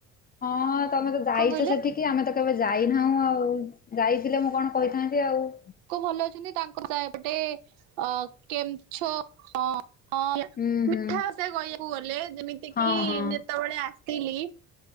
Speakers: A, on the left; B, on the right.
A: ହଁ ହ ତମେ ତ ଯାଇଛ
B: କଣ କହିଲେ
A: ସେଠିକି ଆମେ ତ କେବେ ଯାଇନାହୁଁ ଆଉ ଯାଇଥିଲେ ମୁଁ କଣ କହିଥାନ୍ତି ଆଉ ଉ
B: କୋଉ ଭଲ ଅଛନ୍ତି ତାଙ୍କ ସାଏପଟେ ଅ କେମଛ ଅଁ ଅଁ
A: ହୁଁ
B: ମିଠା
A: ହୁଁ
B: ସେ କହିବାକୁ ଗଲେ ଯେମିତି
A: ହଁ
B: କିି
A: ହଁ
B: ଯେତେବେଳେ ଆସିଲି